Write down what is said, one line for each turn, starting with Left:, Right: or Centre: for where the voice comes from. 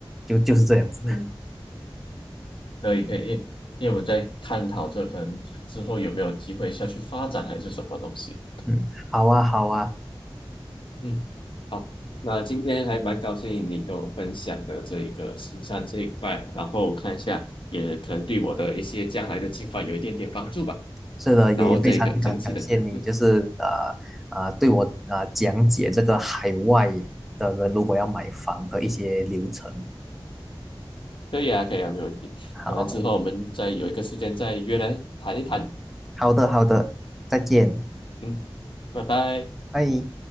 Centre: 就就是这样子。
Left: 嗯，可以可以，因为因为我们在探讨这可能之后有没有机会下去发展还是什么东西。
Centre: 嗯，好啊，好啊，
Left: 嗯，好，那今天还蛮高兴你跟我分享的这一个新山这一块，然后看一下也可能对我的一些将来的计划有一点点帮助吧。
Centre: 是的，
Left: 然后这个整体的。
Centre: 也也非常感感谢你，
Left: 嗯。
Centre: 就是呃呃对我呃讲解这个海外的人如果要买房的一些流程。
Left: 可以啊，可以啊，没问题。
Centre: 好，
Left: 反正之后我们再有一个时间再约来谈一谈。
Centre: 好的，好的，再见，
Left: 嗯，拜拜。
Centre: 拜。